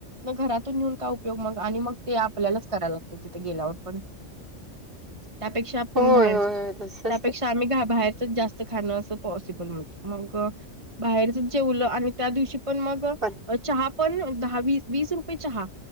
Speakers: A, on the right; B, on the right.
A: घरातून घेऊन काय उपयोग मग आणि मग ते आपल्यालाच कराय लागते तिथे गेल्यावर पण त्यापेक्षा आपण
B: होय,
A: बाहेरच
B: होय, होय. तसंच
A: त्यापेक्षा
B: ते.
A: आम्ही बाहेरच जास्त खण अस पॉसिबलत मग बाहेरच जेवलं आणि त्या दिवशी पण मग
B: पण
A: चहा पण दहा वीस रुपये चहा